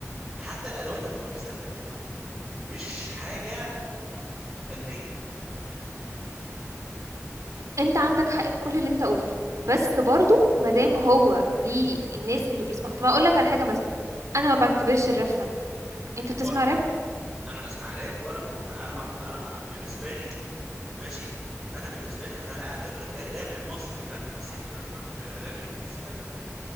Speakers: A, on the right; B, on the right.
A: حتى الادوات اللي هم بيستخدموها مش حاجه فنيه
B: انت عندك حق في كل اللي انت قلته بس برضو مادام هو ليه الناس اللي بيسمعوا طب اقول لك على حاجه مثلا انا ما بعتبرش الراب فن انت بتسمع
A: و-
B: راب
A: انا بسمع راب ولا انا ما- انا انا بالنسبه لي ماشي انا بالنسبه لي انا لا اعتبر الراب المصري فن بس اعتبر الراب الراب الانجليزي فن